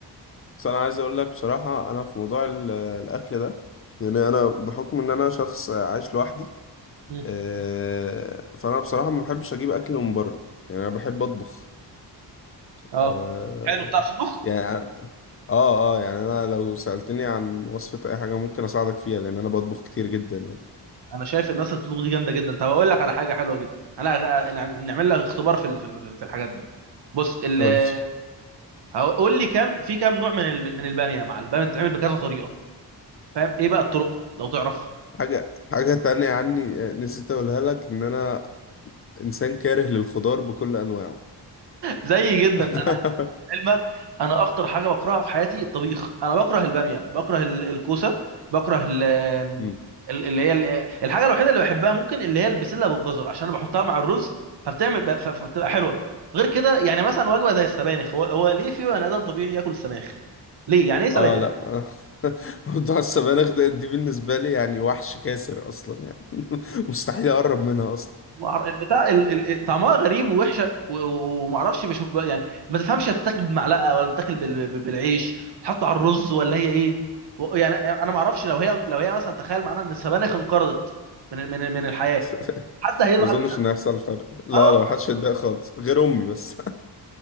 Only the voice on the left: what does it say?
بس انا عايز اقول لك بصراحة انا في موضوع ال- الاكل ده يعني انا بحكم ان انا شخص عايش لوحدي
آه، فانا بصراحة ما بحبش اجيب اكل من بره يعني انا بحب اطبخ
آه
يعني اه اه يعني انا لو سألتني عن وصفة اي حاجة ممكن اساعدك فيها لان انا بطبخ كتير جدا يعني
قول لي
حاجة حاجة تانية عني آه، نسيت اقولها لك ان انا انسان كاره للخضار بكل انواعه
<laughs>
مم.
اه لا <laughs> موضوع السبانخ ده دي بالنسبة لي يعني وحش كاسر اصلا يعني <laughs> مستحيل اقرب منها اصلا
<laughs>
ما اظنش
ان هيحصل فرق لا
لا محدش
هيتضايق خالص غير امي بس